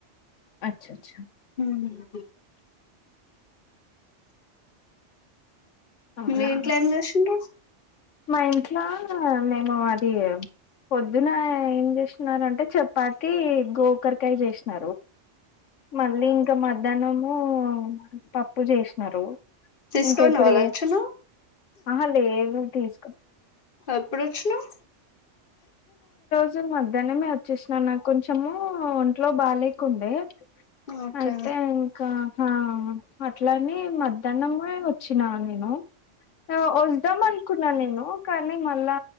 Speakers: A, on the left; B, on the left.
A: అచ్చ అచ్చా
B: మ్....
A: అవునా
B: మీ ఇంట్లో ఏం చేసిండ
A: మా ఇంట్లో మేము అది పొద్దున ఏం చేస్తున్నారు అంటే చపాతి గో కుక్కరకాయ చేసిన మళ్ళ ఇంకా మధ్యానము పప్పు చేసిన
B: తీసుకోనివా
A: ఇంకా ఇప్పుడు
B: లంచ్
A: ఎ
B: ను
A: ఆహా లేదు తీస్కో
B: ఎప్పుడోచ్చినవ్
A: సో మధ్యనామే వచ్చేసిన నాకు కొంచెము ఒంట్లో బాగాలే కుండే
B: ఓకే
A: అయితే ఇంకా హ అట్లని మధ్యానం గూడా వచ్చినా నేను వాదం అనుకున్నా నేను కానీ మళ్ళా